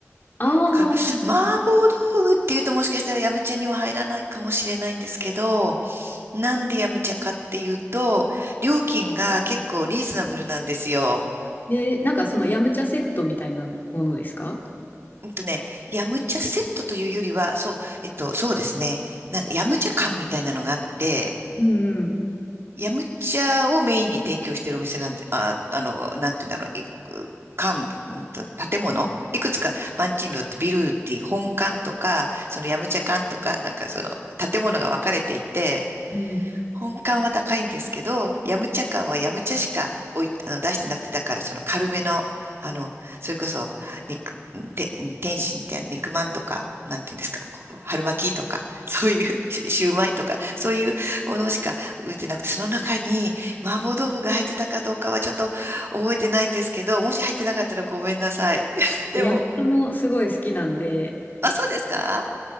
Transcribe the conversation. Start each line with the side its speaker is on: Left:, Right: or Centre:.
Left: ああ、
Right: だから、麻婆豆腐っていうともしかしたらヤムチャには入らないかもしれないんですけど、なんでヤムチャかっていうと、料金が結構リーズナブルなんですよ。
Left: で、なんかそのヤムチャセットみたいなものですか
Right: うんとね、ヤムチャセットというよりは、そう、えっと、そうですね、なんだヤムチャ缶みたいなのがあって、
Left: うんうん。
Right: ヤムチャをメインに提供しているお店なんで、あ、あの、なんて言うんだろう、いく館、うんと建物いくつか、マンチンロってビルディ、本館とか、そのヤムチャ館とか、なんかその建物が分かれていて、
Left: うん。
Right: 本館は高いんですけど、ヤムチャ館はヤムチャしかおい、あの、出してなくて、だからその軽めの、あの、それこそ、肉、て、天津って肉まんとか、なんていうんですか、こう、春巻きとか、<laughs> そういう、シュシューマイとか、そういうものしか浮いてなくて、その中に麻婆豆腐が入ってたかどうかはちょっと覚えてないんですけど、もし入ってなかったらごめんなさい。<laughs> でも、
Left: ヤムチャもすごい好きなんで、
Right: あ、そうですか